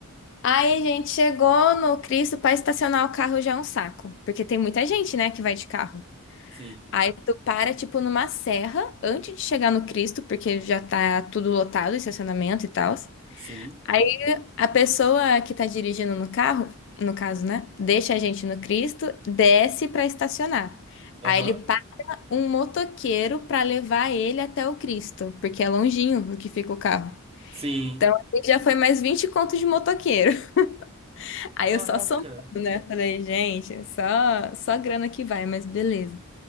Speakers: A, on the left (about 55°); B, on the right (about 25°).
A: Aí a gente chegou no Cristo pra estacionar o carro já é um saco. Porque tem muita gente, né, que vai de carro.
B: Sim.
A: Aí tu para, tipo, numa serra antes de chegar no Cristo, porque já tá tudo lotado, estacionamento e tal.
B: Sim.
A: Aí a pessoa que tá dirigindo no carro, no caso, né, deixa a gente no Cristo, desce pra estacionar.
B: Aham.
A: Aí ele paga um motoqueiro pra levar ele até o Cristo, porque é longinho o que fica o carro.
B: Sim.
A: Então, aí já foi mais 20 contos de motoqueiro. <laughs> Aí
B: Caraca.
A: eu só somando, né? Falei, gente, só, só grana que vai, mas beleza.